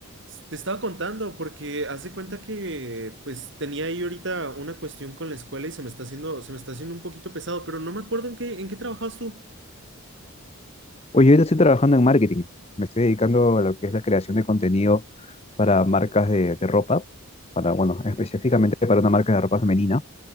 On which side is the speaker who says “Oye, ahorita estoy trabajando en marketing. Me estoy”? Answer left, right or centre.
Left